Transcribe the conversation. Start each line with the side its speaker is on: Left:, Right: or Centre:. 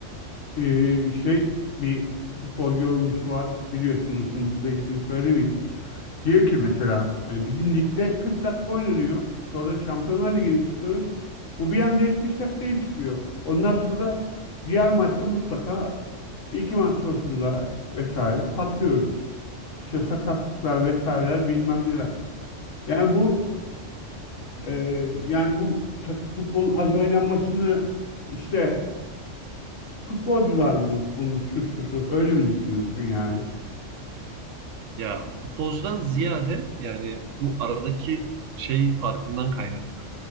Left: Ee, şey bir futbol yorumcusu var biliyorsunuz şimdi burada ismini söylemeyeyim. Diyor ki mesela hani bizim ligde 40 dakika oynanıyor. Sonra Şampiyonlar Ligi'ne çıkıyoruz. Bu bir anda 70 dakikaya çıkıyor. Ondan sonra diğer maçta mutlaka bir iki maç sonrasında vesaire patlıyoruz. İşte sakatlıklar vesaireler bilmem neler. Yani bu e, yani bu tak- futbolun az oynanmasını işte futbolcular mı bunun suçlusu öyle mi düşünüyorsun yani?
Right: Ya futbolcudan ziyade yani bu aradaki şey farkından kaynaklı.